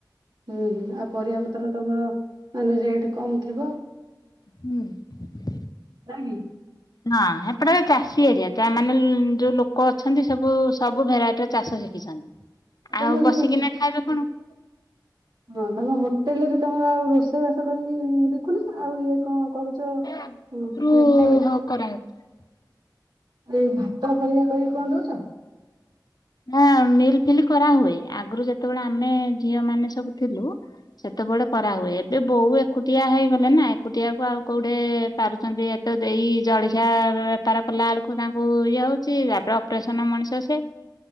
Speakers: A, on the right (about 75°); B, on the left (about 60°).
A: ହୁଁ ହୁଁ ଆଉ ପରିବାପତ୍ର ତମର ମାନେ ରେଟ୍ କମ୍ ଥିବ।
B: ହୁଁ
A: ନା କି?
B: ହଁ ଏପଟ ଚାଷୀ ଏରିଆ ମାନେ ଯୋଉ ଲୋକ ଅଛନ୍ତି ସବୁ ସବୁ ଭେରାଇଟିର ଚାଷ ଶିଖିଛନ୍ତି।
A: ଆ
B: ଆଉ
A: ତମେ
B: ବସିକିନା
A: ଯୋଉ
B: ଖାଇବେ କଣ
A: <inaudible> ଯୋଉ ତମ ହୋଟେଲରେ। ତମର ଆଉ ରୋଷେଇ ବାସ କରିକି ଦେଖୁନ ଆଉ ଇଏ କଣ? କରୁଛ
B: <inaudible>
A: ହୁଁ
B: ଋ <unintelligible>
A: ମିଠା ଫିଠା
B: ହଁ କରା ହେଇ ଥିଲା।
A: ଏଇ ଭାତ ଫରିଆ କରିକି କଣ ଦଉଚ?
B: ନା ମିଲ୍ ଫିଲ୍ କରାହୁଏ ଆଗରୁ ଯେତେବେଳେ ଆମେ ଝିଅ ମାନେ ସବୁ ଥିଲୁ <inaudible> ସେତେବେଳେ କରାହୁଏ। ଏ ବୋଉ ଏକୁଟିଆ ହେଇଗଲେ ନା ଏକୁଟିଆକୁ ଆଉ କୋଉଠେ ପାରୁଛନ୍ତି ଏତ ଦେଇ ଜଳିଖିଆ ବେପାର କଲା ବେଳକୁ ତାଙ୍କୁ ଇଏ ହଉଛି ତାପରେ ଅପରେସନ ମଣିଷ ସେ